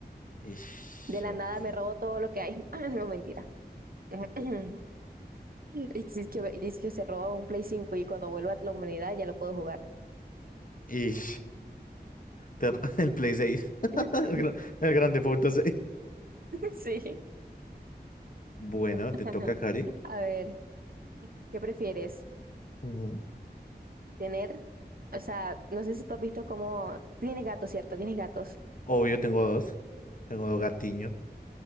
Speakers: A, on the left; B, on the right.
A: Ish,
B: De la
A: ok.
B: nada me robo todo lo que hay. <laughs> Ah, no, mentira. <clears throat> <laughs> Y dice que, y dice que se roba un Play 5 y cuando vuelva a la humanidad ya lo puedo jugar.
A: Ish, te- <laughs> el Play seis <laughs>
B: <laughs>
A: El, gran- el Grande Foto seis
B: Sí.
A: Bueno,
B: <laughs>
A: te toca, Cari.
B: A ver, ¿qué prefieres?
A: Ujú.
B: ¿Tener? O sea, no sé si tú has visto cómo... Tienes gatos, ¿cierto? Tienes gatos.
A: Obvio, tengo dos. Tengo dos gatiños.